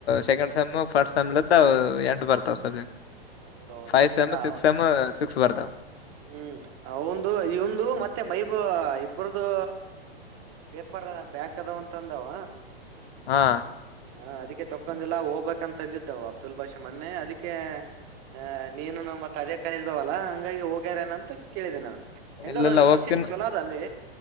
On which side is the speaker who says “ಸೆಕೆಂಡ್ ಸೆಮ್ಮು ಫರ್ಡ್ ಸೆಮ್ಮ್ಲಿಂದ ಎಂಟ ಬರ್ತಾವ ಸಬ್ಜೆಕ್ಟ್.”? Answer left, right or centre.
Left